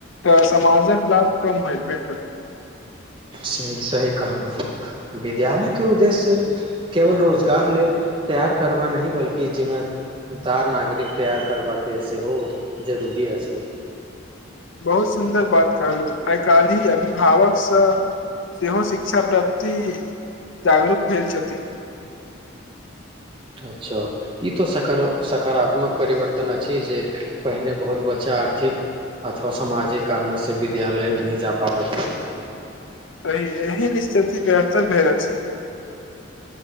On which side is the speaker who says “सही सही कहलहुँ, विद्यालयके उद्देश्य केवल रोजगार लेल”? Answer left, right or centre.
Right